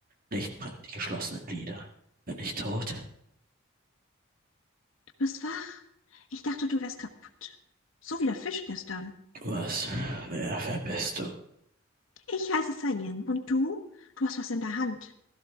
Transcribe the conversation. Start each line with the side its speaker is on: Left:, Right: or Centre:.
Right: Licht brennt die geschlossenen Lider. Bin ich tot?
Left: Du bist wach? Ich dachte, du wärst kaputt. So wie der Fisch gestern.
Right: Was? Wer, wer bist du?
Left: Ich heiße Sayen. Und du? Du hast was in der Hand.